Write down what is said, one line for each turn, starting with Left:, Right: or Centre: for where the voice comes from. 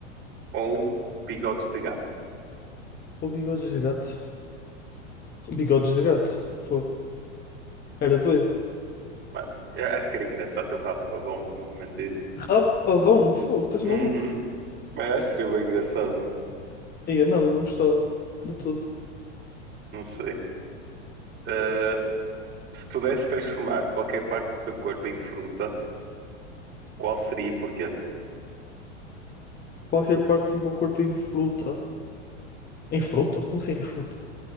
Right: Ou bigodes de gato.
Left: ou bigodes de gato? Bigodes de gato, fogo. Era doido.
Right: Mano, eu acho que era engraçado ter um rabo de pavão, mano. Não vou mentir.
Left: Rabo de pavão? Fogo, estás maluco?
Right: Uhum. Mas acho que seria bem engraçado, mano.
Left: Ia, não, eu não gostava. De tudo.
Right: Não sei. Uh, se pudesses transformar qualquer parte do teu corpo em fruta, qual seria e porquê?
Left: Qualquer parte do meu corpo em fruta. Em fruta? Como assim em fruta?